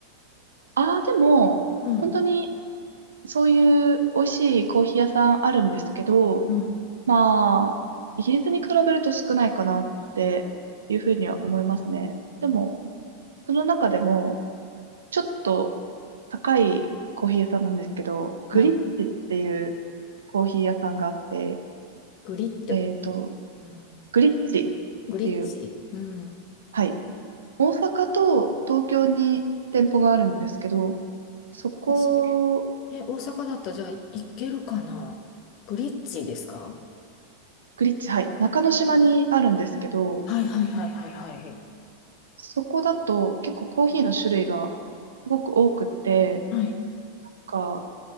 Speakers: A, on the right (about 70°); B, on the left (about 40°).
A: ああ、でも、
B: うん。
A: 本当に、そういう美味しいコーヒー屋さんあるんですけど、
B: うん。
A: まあ、イギリスに比べると少ないかなっていうふうには思いますね。
B: うんうん
A: でも、その中でも、ちょっと、高いコーヒー屋さんなんですけど、
B: はい。
A: グリッチっていうコーヒー屋さんがあって、
B: グリッド。
A: えっと、
B: うん
A: グリッチっ
B: グリッチ。
A: ていう、
B: うん。
A: はい。大阪と東京に店舗があるんですけど、そこ、
B: 私、え、大阪だったらじゃあい、行けるかなグリッチですか
A: グリッチ、はい。中之島にあるんですけど、
B: はいはいはいはいはい。
A: そこだと結構コーヒーの種類がすごく多くって、
B: はい。
A: なんか